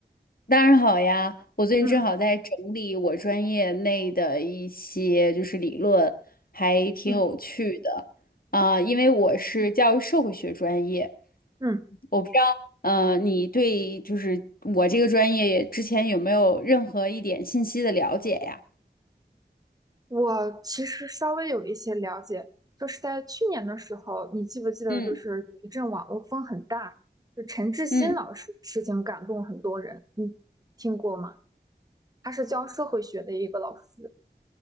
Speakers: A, on the left (about 60°); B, on the right (about 20°).
A: 当然好呀，我最近正好在整理我专业内的一些就是理论，
B: 嗯
A: 还挺有趣的啊，
B: 嗯
A: 因为我是教育社会学专业，
B: 嗯，嗯，
A: 我不知道，呃，你对就是我这个专业之前有没有任何一点信息的了解呀？
B: 我其实稍微有一些了解，就是在去年的时候，你记不记得，
A: 嗯
B: 就是有一阵网络风很大，就陈志新老师的事情感动很多人，
A: 嗯
B: 你听过吗？他是教社会学的一个老师。